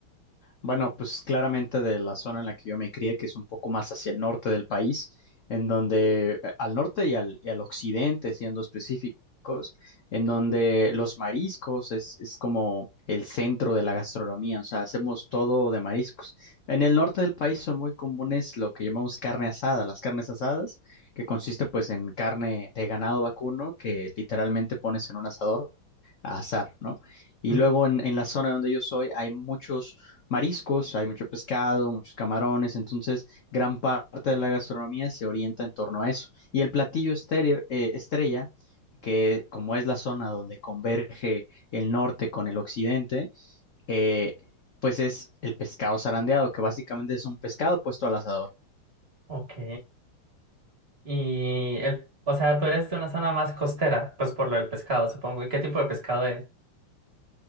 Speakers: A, on the left; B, on the right.
A: Bueno, pues claramente de la zona en la que yo me crié, que es un poco más hacia el norte del país, en donde eh, al norte y al, y al occidente, siendo específicos, en donde los mariscos es, es como el centro de la gastronomía, o sea, hacemos todo de mariscos. En el norte del país son muy comunes lo que llamamos carne asada, las carnes asadas, que consiste pues en carne de ganado vacuno que literalmente pones en un asador a azar, ¿no? Y
B: Ujú.
A: luego en, en la zona donde yo soy hay muchos mariscos, hay mucho pescado, muchos camarones, entonces gran parte de la gastronomía se orienta en torno a eso. Y el platillo estere- eh, estrella, que como es la zona donde converge el norte con el occidente, eh, pues es el pescado zarandeado, que básicamente es un pescado puesto al asador.
B: Ok. Y el, o sea, tú eres de una zona más costera, pues por lo del pescado, supongo. ¿Y qué tipo de pescado es?